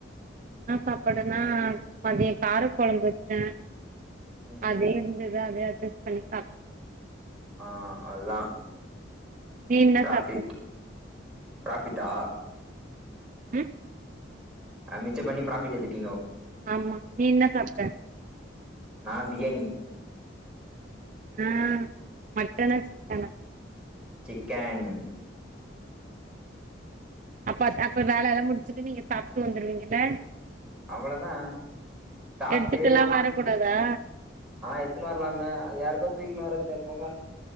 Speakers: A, on the right; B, in the centre.
A: என்னா சாப்பாடுனா மதிய கார கொழம்பு வச்சே
B: ம்
A: அதே வந்து அத அதே அட்ஜஸ்ட் பண்ணி சாப்
B: ஆ அதுதா
A: நீ என்ன
B: பிராஃபிட்
A: சாப்ட்ட
B: பிராஃபிட்டா
A: ம்
B: ஆ மிச்ச பண்ணி ப்ராஃபிட் எத்துட்டீங்கோ
A: ஆமா நீ என்ன சாப்ட
B: நா பிரியாணி
A: ஆ மட்டனா சிக்கனா
B: சிக்கன்
A: அப்ப அப்ப வேல எல்லா முடிச்சுட்டு நீங்க சாப்டு வந்துடுவீங்கல்ல
B: அவ்வளோதா சாப்ட்டு
A: எடுத்துட்டு எல்லா வரக்கூடாதா
B: ஆ எத்துனு வரலாமே அத யாருக்கா தூக்கினு வரது போகா